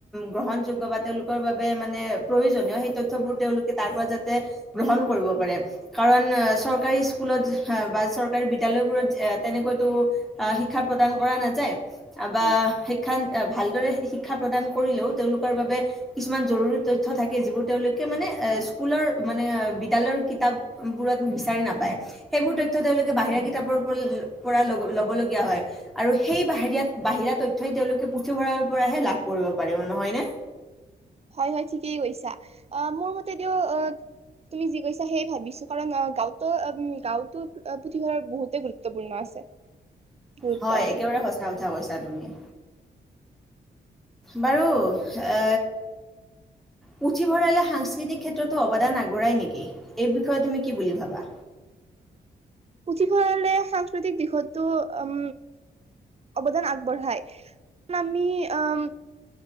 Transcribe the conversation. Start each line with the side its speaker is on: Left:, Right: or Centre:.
Centre: গ্ৰহণযোগ্য বা তেওঁলোকৰ বাবে মানে প্ৰয়োজনীয় সেই তথ্যবোৰ তেওঁলোকে তাৰ পৰা যাতে গ্ৰহণ কৰিব পাৰে কাৰণ চৰকাৰী স্কুলত বা চৰকাৰী বিদ্যালয়বোৰত তেনেকৈতো শিক্ষা প্ৰদান কৰা নাযায় যায়
Right: তুমি
Centre: বা সেইখান এ ভালদৰে শিক্ষা প্ৰদান কৰিলেও, তেওঁলোকৰ বাবে, কিছুমান জৰুৰী তথ্য থাকে, যিবোৰ তেওঁলোকে মানে, এ স্কুলৰ মানে, বিদ্যালয়ৰ কিতাপ বোৰত বিচাৰি নাপায়। সেইবোৰ তথ্য তেওঁলোকে বাহিৰা কিতাপৰ পৰা লব লগীয়া হয় আৰু সেই বাহিৰা, বাহিৰা তথ্যই তেওঁলোকে পুথিভঁৰালৰ পৰাহে লাভ কৰিব পাৰিব, নহয়নে?
Right: হয়! হয়! ঠিকেই কৈছা। অ মোৰ মতে দিওঁ, অ' তুমি যি কৈছা সেই ভাবিছোঁ, কাৰণ গাঁৱতো, গাৱতোঁ পুথিভঁৰালৰ বহুতেই গুৰুত্বপূৰ্ণ আছে। গুৰুত্ব
Centre: হয়!
Right: আছে
Centre: একেবাৰে সঁচা কথা কৈছা তুমি। বাৰু এ পুঠিভঁৰালে, সাংস্কৃতিক ক্ষেত্ৰতো অৱদান আগবঢ়াই নেকি? এই বিষয়ে তুমি কি বুলি ভাবা?
Right: পুথিভঁৰালে সাংস্কৃতিক দিশতো, উম অৱদান আগবঢ়াই। আমি অ'হ,